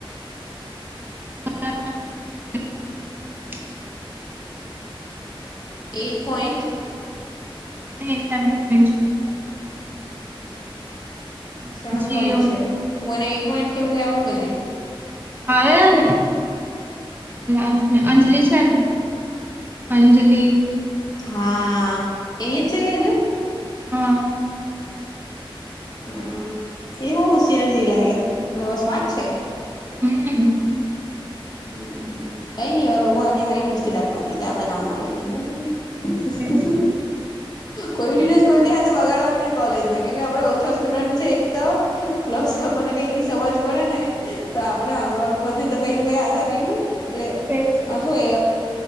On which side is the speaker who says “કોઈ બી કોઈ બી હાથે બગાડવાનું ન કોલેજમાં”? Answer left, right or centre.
Left